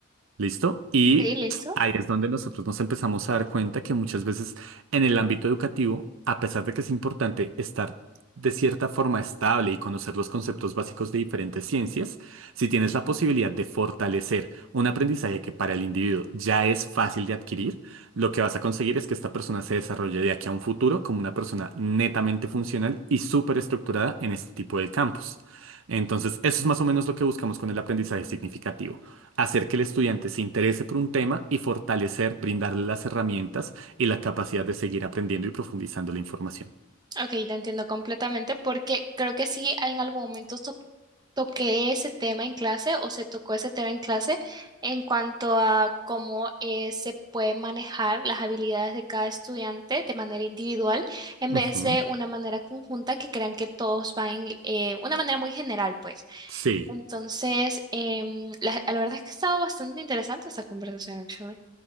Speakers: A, on the right; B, on the right.
A: ¿Listo? Y
B: Sí, listo.
A: ahí es donde nosotros nos empezamos a dar cuenta que muchas veces en el ámbito educativo, a pesar de que es importante estar de cierta forma estable y conocer los conceptos básicos de diferentes ciencias, si tienes la posibilidad de fortalecer un aprendizaje que para el individuo ya es fácil de adquirir, lo que vas a conseguir es que esta persona se desarrolle de aquí a un futuro como una persona netamente funcional y súper estructurada en este tipo de campos. Entonces, eso es más o menos lo que buscamos con el aprendizaje significativo hacer que el estudiante se interese por un tema y fortalecer, brindarle las herramientas y la capacidad de seguir aprendiendo y profundizando la información.
B: Ok, te entiendo completamente porque creo que sí en algún momento to- toqué ese tema en clase o se tocó ese tema en clase en cuanto a cómo eh, se pueden manejar las habilidades de cada estudiante de manera individual en vez
A: Ujú.
B: de una manera conjunta que crean que todos van en eh, una manera muy general, pues.
A: Sí,
B: Entonces, em, la, la verdad es que ha estado bastante interesante esta conversación, actually.